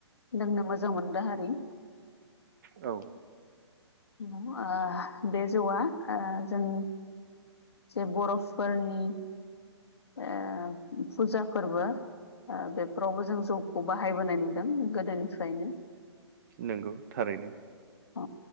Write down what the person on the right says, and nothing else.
औ।
नंगौ थारैनो।